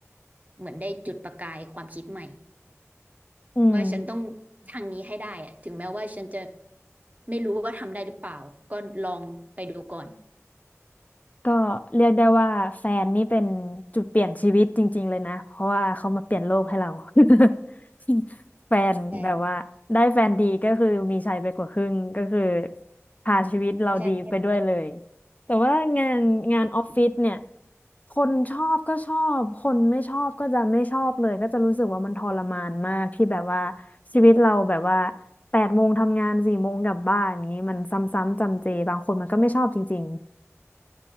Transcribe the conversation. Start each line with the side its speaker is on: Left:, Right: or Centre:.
Right: เหมือนได้จุดประกายความคิดใหม่ <laughs>
Left: อืม
Right: ว่าฉันต้องทางนี้ให้ได้อะถึงแม้ว่าฉันจะไม่รู้ว่าทำได้หรือเปล่าก็ลองไปดูก่อน
Left: ก็เรียกได้ว่าแฟนนี่เป็นจุดเปลี่ยนชีวิตจริงๆเลยนะเพราะว่าเขามาเปลี่ยนโลกให้เรา <laughs> แฟนแบบว่าได้แฟนดีก็คือมีชัยไปกว่าครึ่งก็คือ
Right: ใช่
Left: พาชีวิตเราดีไปด้วยเลย
Right: ใช่ใช
Left: แต่ว่างานงานออฟฟิศเนี่ย
Right: ่
Left: คนชอบก็ชอบคนไม่ชอบก็จะไม่ชอบเลยก็จะรู้สึกว่ามันทรมานมากที่แบบว่าชีวิตเราแบบว่าแปดโมงทำงานสี่โมงกลับบ้านอย่างนี้มันซ้ำๆจำเจบางคนมันก็ไม่ชอบจริง